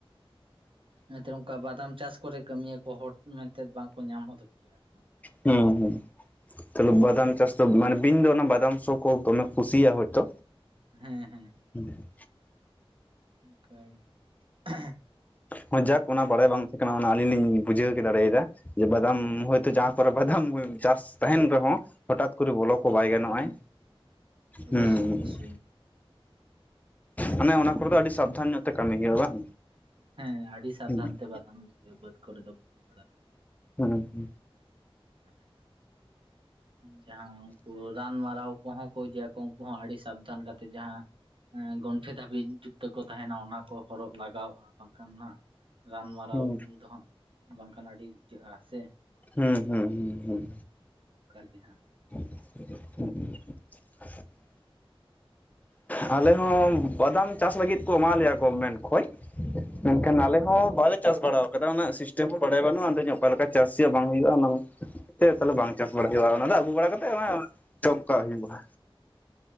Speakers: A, on the right; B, on the left.
A: ᱱᱮᱛᱟᱨ ᱚᱱᱠᱟ ᱵᱟᱫᱟᱢ ᱪᱟᱥ ᱠᱚᱨᱮ ᱠᱟᱹᱢᱤᱭᱟᱹ ᱠᱚ ᱦᱚᱲ ᱢᱮᱱᱛᱮᱫ ᱵᱟᱝᱠᱚ ᱧᱟᱢ ᱦᱚᱫᱚᱜ ᱜᱮᱭᱟ ᱠᱚ᱾
B: ᱦᱩᱸ ᱦᱩᱸ ᱛᱚᱞᱮ ᱵᱟᱫᱟᱢ ᱪᱟᱥ ᱫᱚ ᱢᱟᱱᱮ ᱵᱤᱧ ᱫᱚ ᱚᱱᱟ ᱵᱟᱫᱟᱢᱥᱚ ᱠᱚ ᱫᱚᱢᱮ ᱠᱩᱥᱤᱭᱟᱜᱼᱟ ᱦᱚᱭᱛᱚ᱾
A: ᱦᱮᱸ ᱦᱮᱸ
B: ᱦᱮᱸ
A: ᱚᱱᱠᱟᱭ ᱜᱮ
B: ᱦᱚᱸ ᱡᱟᱠ ᱚᱱᱟ ᱵᱟᱲᱟᱭ ᱵᱟᱝ ᱛᱟᱦᱮᱸ ᱠᱟᱱᱟ ᱚᱱᱟ ᱟᱹᱞᱤᱧ ᱞᱤᱧ ᱵᱩᱡᱷᱟᱹᱣ ᱠᱮ ᱫᱟᱲᱮᱭᱟᱫᱟ᱾ ᱡᱮ ᱵᱟᱫᱟᱢ ᱦᱚᱳᱭᱛᱳ ᱡᱟᱦᱟᱸ ᱠᱚᱨᱮ ᱵᱟᱫᱟᱢ ᱪᱟᱥ ᱛᱟᱦᱮᱱ ᱨᱮᱦᱚᱸ ᱦᱚᱴᱟᱛ ᱯᱩᱠᱩᱨᱤ ᱵᱚᱞᱚ ᱠᱚ ᱵᱟᱭ ᱜᱟᱱᱚᱜᱼᱟᱭ
A: ᱦᱮᱸ ᱚᱵᱚᱥᱥᱳᱭ
B: ᱦᱚᱸ ᱦᱮᱸ
A: ᱚᱵᱚᱥᱥᱳᱭ
B: ᱢᱟᱱᱮ ᱚᱱᱟ ᱠᱚᱨᱮ ᱫᱚ ᱟᱹᱰᱤ ᱥᱟᱵᱽᱫᱷᱟᱱ ᱧᱚᱜ ᱛᱮ ᱠᱟᱹᱢᱤ ᱜᱮᱭᱟ ᱵᱟᱝ
A: ᱦᱮᱸ ᱟᱹᱰᱤ ᱥᱟᱵᱽᱫᱷᱟᱱ
B: ᱦᱩᱸ
A: ᱛᱮ ᱵᱟᱫᱟᱱ ᱵᱟᱹᱫᱽ ᱠᱚᱨᱮ ᱫᱚ <unintelligible>
B: ᱦᱮᱸ ᱦᱮᱸ
A: ᱦᱮᱸ ᱡᱟᱦᱟᱸ ᱩᱱᱠᱩ ᱨᱟᱱᱢᱟᱨᱟᱣ ᱠᱚᱦᱚᱸ ᱠᱚ ᱦᱤᱡᱩᱜ ᱟᱠᱚ ᱩᱱᱠᱩ ᱦᱚᱸ ᱟᱹᱰᱤ ᱥᱟᱵᱽᱫᱷᱟᱱ ᱠᱟᱛᱮᱜ ᱡᱟᱦᱟᱸ ᱮᱸ ᱜᱚᱱᱴᱷᱮ ᱫᱷᱟᱹᱵᱤᱡ ᱡᱩᱛᱟᱹ ᱠᱚ ᱛᱟᱦᱮᱱᱟ ᱚᱱᱟ ᱠᱚ ᱦᱚᱨᱚᱜ ᱞᱟᱜᱟᱣᱼᱟ ᱵᱟᱝ᱾ ᱠᱷᱟᱱ ᱦᱟᱸᱜ ᱨᱟᱱᱢᱟᱨᱟᱣ
B: ᱦᱩᱸ
A: ᱮᱢ ᱫᱚ ᱦᱟᱸᱜ ᱵᱟᱝᱠᱷᱟᱱ ᱟᱹᱰᱤᱵᱩᱡᱟᱹᱜᱼᱟ ᱥᱮ᱾
B: ᱦᱩᱸ ᱦᱩᱸ ᱦᱩᱸ ᱦᱩᱸ
A: <unintelligible> ᱜᱮ ᱦᱟᱸᱜ᱾
B: <inaudible> ᱟᱞᱮ ᱦᱚᱸ ᱵᱟᱫᱟᱢ ᱪᱟᱥ ᱞᱟᱹᱜᱤᱫ ᱠᱚ ᱮᱢᱟᱞᱮᱭᱟ ᱜᱚᱨᱢᱮᱱᱴ ᱠᱷᱚᱡ᱾ ᱢᱮᱱᱠᱷᱟᱱ ᱟᱞᱮ ᱦᱚᱸ ᱵᱟᱞᱮ ᱪᱟᱥ ᱵᱟᱲᱟ ᱚᱠᱟᱴᱟ ᱚᱱᱟ ᱥᱤᱥᱴᱮᱢ ᱦᱚᱸ ᱵᱟᱰᱟᱭ ᱵᱟᱹᱱᱩᱜᱼᱟ᱾ ᱟᱫᱚ ᱚᱠᱟᱞᱮᱠᱟ ᱪᱟᱥ ᱦᱩᱭᱩᱜᱼᱟ ᱵᱟᱝ ᱦᱩᱭᱩᱜᱼᱟ ᱚᱱᱟ ᱛᱮᱫ ᱛᱟᱦᱚᱞᱮ ᱵᱟᱝ ᱪᱟᱥ ᱵᱟᱲᱟᱭ ᱦᱩᱭᱩᱜᱼᱟ᱾ ᱚᱱᱟ ᱫᱚ ᱟᱹᱜᱩ ᱵᱟᱲᱟ ᱠᱟᱛᱮ <unintelligible> ᱪᱚᱯ ᱠᱟᱜ ᱦᱩᱭᱩᱜᱼᱟ᱾